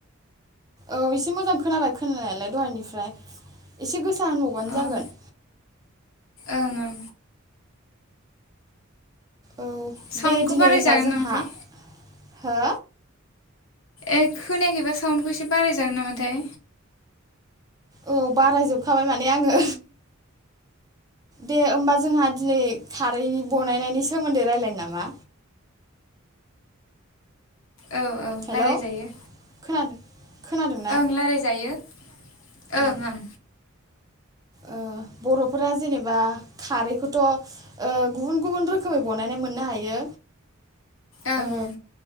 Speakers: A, on the right; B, on the left.
A: औ एसे मोजां खोनाबाय खोनानायालाय दहायनिफ्राय एसे गोसा होनबावबानो
B: ओं
A: जागोन
B: ओं ओं
A: औ
B: साउन्डखौ
A: दे दिनै
B: बारायजागोन
A: होनबा जोंहा
B: नामाथाय
A: हो
B: ए खोनयाखैबा साउन्डखौ एसे बाराय जागोन नामाथाय
A: औ बारायजोबखाबाय माने आङो दे होमबा जोंहा दिनै खारैनि बनायनायनि सोमोन्दै रायजलायनो नामा
B: औ औ
A: हेल'
B: रायलायजायो
A: खोनादों खोनादोंना
B: ओं रायलायजायो ओं
A: औ
B: ओं
A: ओ बर'फोरा जेनेबा खारैखौथ' गुबुन गुबुन रोखोमै बनायनाय मोननो हायो
B: ओं
A: ओ